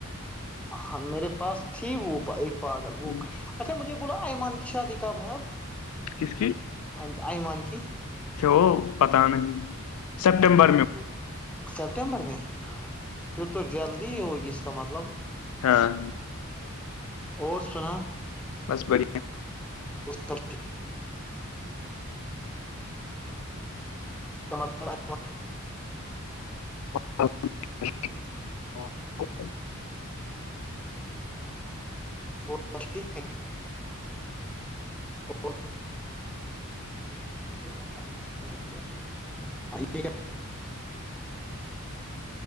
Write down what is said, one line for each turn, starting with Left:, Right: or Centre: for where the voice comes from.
Centre: ہاں میرے پاس تھی وہ ایک پاگل وہ
Left: ہوں <unintelligible>
Centre: اچھا مجھے بوولو ایمان کی شادی کب ہے
Left: کس
Centre: اب ایمان کی
Left: چ وہ پتا نہیں
Centre: سل
Left: سپٹمبر
Centre: ب ب ہے <unintelligible>
Left: میں
Centre: <inaudible> سپٹمبر میں پھر تو جلدی ہی ہوگی اس کا مطلب
Left: ہاں
Centre: اور سنا
Left: بس بڑ
Centre: اس سب اس مطلب
Left: <inaudible>
Centre: وہ س ٹھیک ہے وہ <inaudible>